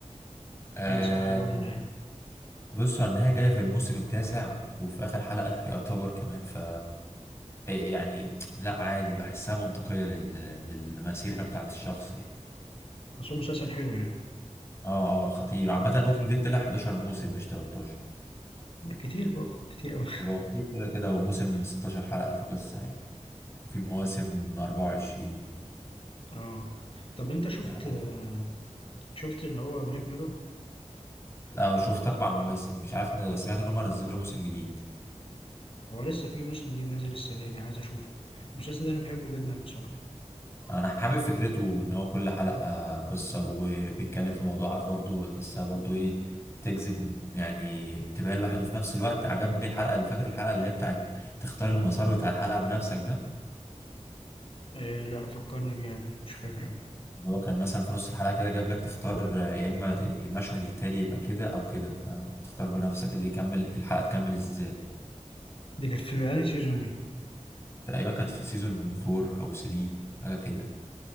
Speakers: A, on the left (about 20°); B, on the left (about 50°).
A: آه
B: ده صح بقى النهاية
A: بصوا على النهاية جاية في الموسم التاسع وفي اخر حلقة <laughs> يعتبر كمان ف إيه يعني لا عادي بحسها منطقية لل... للمسيرة بتاعت الشخص يعني
B: بس هو مسلسل حلو يعني
A: اه اه خطير عامة ووكينج ديد طلع 11 موسم مش 13
B: كتير برضو كتير اوي <laughs>
A: هو كتير كده كده هو موسم 16 حلقة في قصة يعني في مواسم 24
B: اه طب انت شفت
A: لا
B: آه، شفت اللي هو بلاك ميرور
A: أنا شفت أربع مواسم مش عارف أنا سمعت إن هم نزلوا موسم جديد
B: هو لسه في موسم جديد نازل السنة دي عايز اشوفه المسلسل ده انا بحبه جدا بصراحة
A: أنا حابب فكرته إن هو كل حلقة قصة وبيتكلم في موضوعات برضو تحسها برضو إيه تجذب يعني انتباه الواحد وفي نفس الوقت عجبني الحلقة اللي فاكر الحلقة اللي هي بتاعت تختار المسار بتاع الحلقة بنفسك ده
B: إيه لا فكرني بيه عادي مش فاكر أوي.
A: اللي هو كان مثلا في نص الحلقة كده جاب لك تختار آه، يا إما ت- المشهد التالي يبقى كده أو كده فتختار بنفسك اللي يكمل الحلقة تكمل إزاي
B: دي كانت في انهي سيزون دي
A: تقريبا كانت في سيزون 4 او 3 حاجه كده